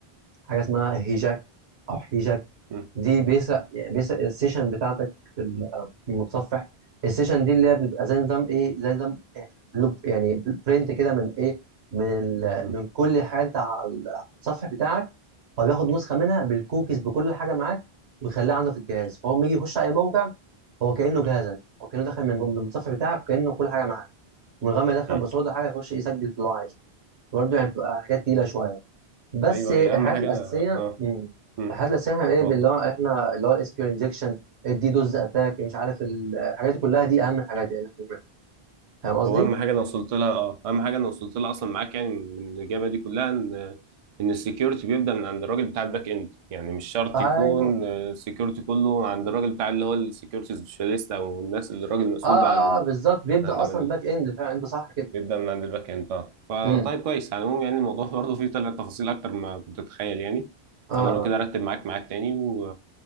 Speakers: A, on the right; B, on the right.
A: حاجه اسمها هيجاك او هيجاك
B: مم.
A: دي بيسرق يعني بيسرق السيشن بتاعتك في ال- في المتصفح السيشن دي اللي هي بتبقى زي نظام ايه زي نظام لوب يعني برنت كده من ايه من ال...
B: مم.
A: من كل حاجه انت على التصفح بتاعك هو بياخد نسخه منها بالكوكيز بكل حاجه معاك ويخليها عنده في الجهاز فهو لما يجي يخش اي موقع هو كانه جهازك هو كانه داخل من من المتصفح بتاعك كانه كل حاجه معاك من غير ما يدخل
B: مم.
A: باسورد حاجه يخش يسجل في اللي هو عايزه برضه يعني بتبقى حاجات تقيله شويه بس
B: ايوه
A: الحاجات
B: هي اهم حاجه
A: الاساسيه
B: انا اه
A: مم.
B: مم.
A: الحاجات الاساسيه احنا ايه اللي
B: هو كنت
A: هو احنا اللي هو الاس كيو ال انجكشن الدي دوز اتاك مش عارف ال- الحاجات دي كلها دي اهم حاجات يعني احنا بنعملها. فاهم قصدي؟
B: هو اهم حاجه انا وصلت لها اه اهم حاجه انا وصلت لها اصلا معاك يعني من الاجابه دي كلها ان ان السكيورتي بيبدا من عند الراجل بتاع الباك اند يعني مش شرط
A: ايوه
B: يكون السكيورتي كله عند الراجل بتاع اللي هو السكيورتي سبيشاليست او الناس اللي الراجل المسؤول
A: اه اه,
B: بقى عن ال...
A: آه بالظبط بيبدا
B: عن امان
A: اصلا
B: ال-
A: باك اند فعلا انت صح كده
B: بيبدا من عند الباك اند اه فطيب
A: امم
B: كويس على العموم يعني الموضوع <laughs> برضه فيه طلع تفاصيل اكتر ما كنت اتخيل يعني
A: اه
B: فانا
A: آه.
B: لو كده ارتب معاك ميعاد تاني و...